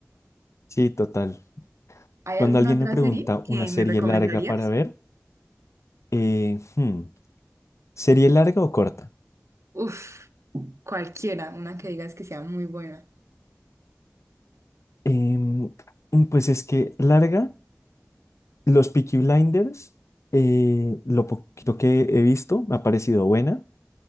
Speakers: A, on the left; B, on the right.
A: Sí, total.
B: ¿Hay
A: Cuando
B: alguna
A: alguien
B: otra
A: me pregunta
B: serie que
A: una serie
B: me recomendarías?
A: larga para ver, eh, hmm, ¿serie larga o corta?
B: Uf, cualquiera, una que digas que sea muy buena.
A: Em, pues es que larga Los Peaky Blinders, eh, lo poquito que he visto, me ha parecido buena,